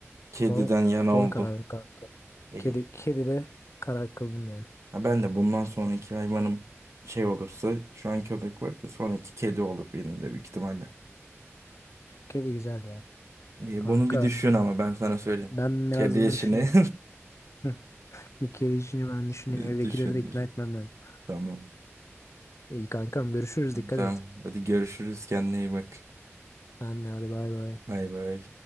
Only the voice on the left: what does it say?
son,
son
kararım kanka.
Kedi, kedi de karar kıldım yani.
Kedi güzeldi yani.
Kanka
ben
biraz bunu
düşüneyim. Hı, Bir kedi işini ben düşüneyim.
Evdekileri
de ikna
etmem lazım.
İyi kankam görüşürüz dikkat
et.
Sen de hadi bay bay.